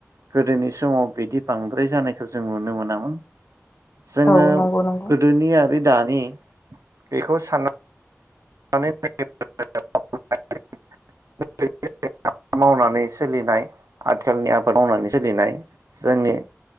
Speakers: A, on the right; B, on the left.
A: गोदोनि समाव बिदि बांद्राय जानायखौ जों नुनो मोनामोन। जोङो
B: औ नंगौ नंगौ
A: गोदोनि आरो दानि बेखौ साना <unintelligible> मावनानै सोलिनाय आथिखालनि आबाद मावनानै सोलिनाय जोंनि